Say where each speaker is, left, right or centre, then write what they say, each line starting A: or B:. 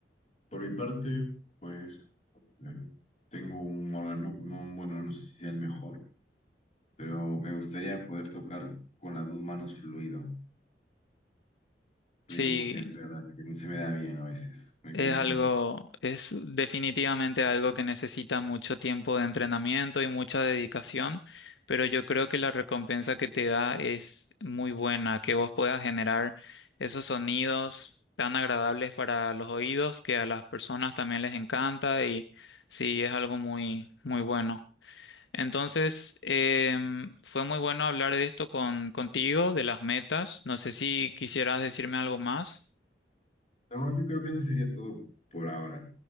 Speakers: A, on the left; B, on the left.
A: por mi parte, pues eh, tengo un órgano, no, bueno, no sé si sea el mejor, pero me gustaría poder tocar con las dos manos fluido ruido
B: Sí,
A: porque es verdad que no se me da bien a veces, me confundo.
B: Es algo, es definitivamente algo que necesita mucho tiempo de entrenamiento y mucha dedicación, pero yo creo que la recompensa que te da es muy buena, que vos puedas generar esos sonidos tan agradables para los oídos que a las personas también les encanta y sí, es algo muy, muy bueno. Entonces, em, fue muy bueno hablar de esto con, contigo, de las metas. No sé si quisieras decirme algo más.
A: No, yo creo que eso sería todo por ahora.